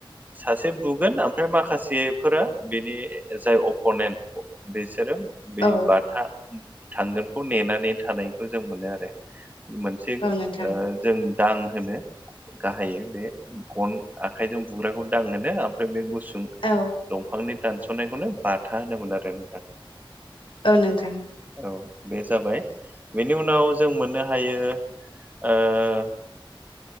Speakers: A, on the right; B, on the left.
A: सासे बुगोन ओमफ्राय माखासेफोरा बेनि जाय अप'नेन्ट बेसारो बे
B: औ
A: बाथा थांगोनखौ नेनानै थानायखौ जों मोनो आरो। मोनसे
B: औ नोंथां
A: जों दां होनो गाहायै बे गन आखाइजों बुग्राखौ दांहोनो ओमफ्राय बे गुसुं
B: औ
A: दंफांनि दानस'नायखौनो बाथा होनोमोन आरो नोंथां।
B: औ नोंथां।
A: औ बे जाबाय बेनि उनाव जों मोननो हायो ओ